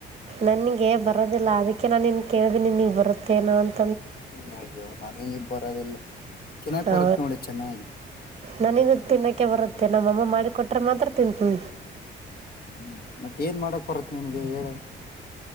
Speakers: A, on the right; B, on the left.
A: ನನ್ಗ ಬರೋದಿಲ್ಲ ಅದಕ್ಕೆ ನಾನು ಇ ಕೇಳಿದೆನಿ ನಿಿನಗ್ ಬರುತ್ತೇನೋ ಅಂತ
B: ಹ ನನಗೆ ಇ ಬರೋದಿಲ್ಲ ತಿನ್ನಕ್
A: ಹಾ
B: ಬರತ್ ನೋಡಿ ಚೆನ್ನಾಗಿ
A: ನನಗ ತಿನ್ನಕ್ಕೆೆ ಬರುತ್ತೆ ನ ಮಮ್ಮಮ್ಮ ಮಾಡಿ ಕೊೊಟ್ರ ಮಾತ್ರ ತಿಂತೀ
B: ಹ್ಮ್ ಮತ್ತ ಏನ್ ಮಾಡಕ್ ಬರತ್ ನನ್ಗೆ ಹೇಳ